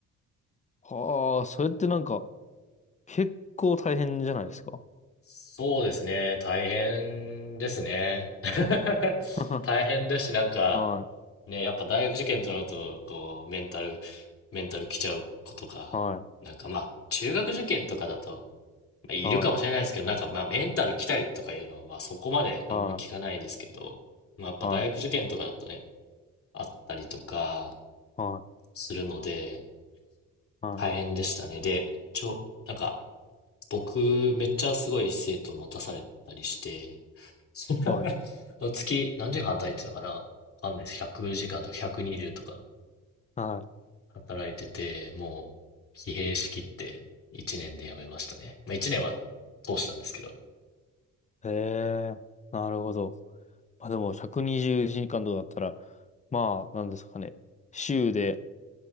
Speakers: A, on the left; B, on the left.
A: はあ、それってなんか、結構大変じゃないですか
B: そうですね。大変ですね。<laughs>
A: <laughs>
B: 大変ですし、なんか、
A: はい、
B: ね、やっぱ大学受験となると、こう、メンタル、メンタル来ちゃう子とか、
A: はい、
B: なんかまあ、中学受験とかだと、まあ、いるかもしれないですけど、
A: はい、
B: なんかまあ、メンタル来たりとかいうのは、まあ、そこまであんまり聞かないですけど、
A: は
B: まあ、やっぱ大学受験とかだとね、
A: い、は
B: あったりとか
A: い、はい、
B: するので、
A: は
B: 大変でしたね。で、ちょ、なんか、僕、めっちゃすごい生徒持たされたりして、<laughs>
A: い、はい。
B: 月、何時間働いてたかなわかんないです。100時間とか120とか。
A: はい
B: 働いてて、もう疲弊しきって1年で辞めましたね。まあ1年は通したんですけど、
A: へえ、なるほど。まあでも、120時間とかだったら、まあ、なんですかね。週で、